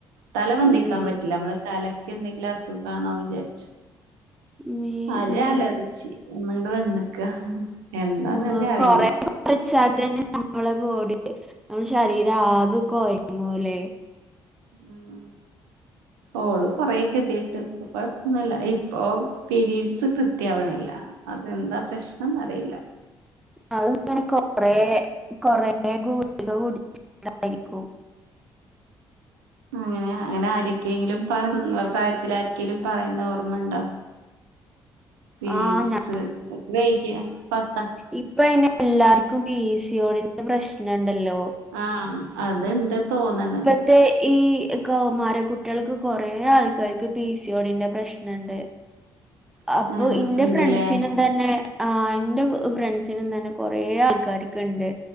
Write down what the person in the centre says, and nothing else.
മീ
മീ
ആഹ്
ആഹ്
കൊറേ കുറച്ചാ തന്നെ നമ്മളെ ബോഡി നമ്മുടെ ശരീരം ആകെ കുയങ്ങുലെ
അത് ഇങ്ങനെ കൊറേ കൊറേ ഗുളിക കുടിച്ചിട്ടയിരിക്കും
ആഹ് ഞാൻ
ഇപ്പ അങ്ങനെഎല്ലാർക്കും പിസിയോടി പ്രശ്നംണ്ടല്ലോ
അത് ഈ കൗമാര കുട്ടികൾക്ക് കൊറെ ആൾക്കാർക്ക് പി സി ഓടിന്റെ പ്രശ്നംണ്ട്
അപ്പൊ
ഇന്റെ
ഫ്രണ്ട്സിനൊ തന്നെ ആഹ് ഇന്റെ വ് ഫ്രണ്ട്സിനും തന്നെ കൊറേ ആൾക്കാരിക്കിണ്ട്.